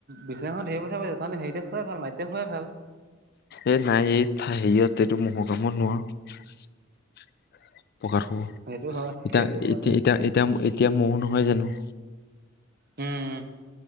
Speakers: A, on the right; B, on the left.
A: বিছনাখন হেৰি বুলি কয় আছে তাহলে হেৰিতে খোৱাই ভাল মাটিতে শুৱাই ভাল।
B: এই নাই এই হেৰিয়ত এইটো মহকামোৰা নোৱাৰো। আৰু
A: সেইটো হয়
B: এতিয়া-এতিয়া-এতিয়া-এতিয়া-এতিয়া
A: সেইটো হয় বাৰু
B: মহ নহয় জানোঁ?
A: উম,